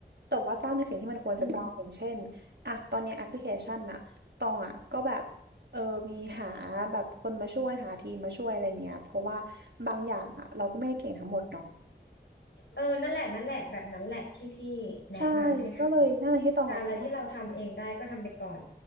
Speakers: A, on the right (about 70°); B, on the left (about 80°).
A: แต่ว่าจ้างในสิ่งที่มันควรจะจ้างอย่างเช่นอ่ะตอนเนี้แอปพลิเคชันน่ะตองอ่ะก็แบบ
B: อืม
A: เออมีหาแบบคนมาช่วยหาทีมมาช่วยอะไรเงี้ยเพราะว่าบางอย่างอ่ะเราก็ไม่ได้เก่งทั้งหมดเนาะ
B: เออนั่นแหละนั่นแหละแบบนั้นแหละที่พี่แนะนำให้ทำแต่อะไรที่เราทำเองได้ก็ทำไปก่อน
A: ใช่ก็เลยนั่นแหละที่ตองอ่ะ